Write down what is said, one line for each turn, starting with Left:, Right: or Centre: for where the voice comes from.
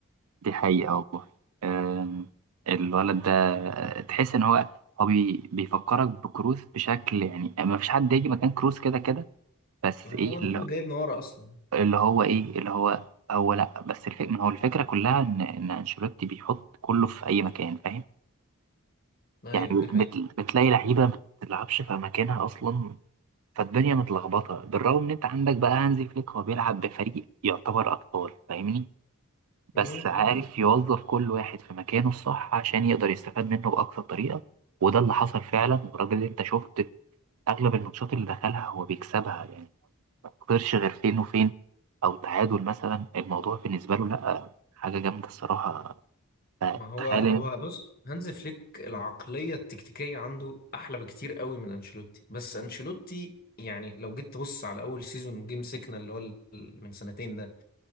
Right: دي حقيقة والله آم، الولد ده آه، تحس إن هو هو بي- بيفكرك بكروس بشكل يعني ما فيش حد يجي مكان كروس كده كده بس
Left: ما
Right: ايه
Left: هو
Right: اللي
Left: ده اللي جايبنا ورا اصلا
Right: اللي هو ايه اللي هو هو لا بس الفك... ما هو الفكره كلها ان ان انشيلوتي بيحط كله في اي مكان فاهم
Left: ايوه
Right: يعني
Left: دي
Right: بت... بتلاقي لعيبه ما بتلعبش في مكانها اصلا فالدنيا متلخبطه بالرغم ان انت عندك بقى هانزي فليك هو بيلعب بفريق يعتبر اطفال فاهمني
Left: حقيقه
Right: بس عارف يوظف كل واحد في مكانه الصح عشان يقدر يستفاد منه باقصى طريقه وده اللي حصل فعلا والراجل اللي انت شفت اغلب الماتشات اللي دخلها هو بيكسبها يعني ما تخسرش غير فين وفين او تعادل مثلا الموضوع بالنسبه له لا حاجه جامده الصراحه
Left: ما هو
Right: تخيل
Left: هو
Right: إن-
Left: بص هانز فليك العقلية التكتيكية عنده أحلى بكتير قوي من أنشيلوتي بس أنشيلوتي يعني لو جيت تبص على أول سيزون جيم سيكنا اللي هو ال- من سنتين ده